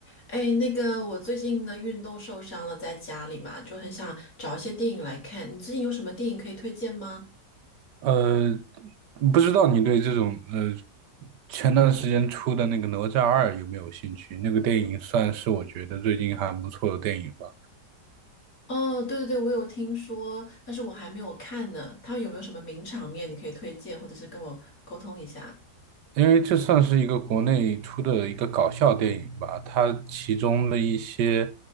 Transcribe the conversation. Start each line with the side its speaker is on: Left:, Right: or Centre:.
Left: 哎，那个，我最近呢运动受伤了，在家里嘛，就很想找一些电影来看。你最近有什么电影可以推荐吗？
Right: 呃，不知道你对这种呃前段时间出的那个《哪吒二》有没有兴趣？那个电影算是我觉得最近还不错的电影吧。
Left: 哦，对对对，我有听说，但是我还没有看呢。他们有没有什么名场面你可以推荐，或者是跟我沟通一下？
Right: 因为这算是一个国内出的一个搞笑电影吧，它其中的一些，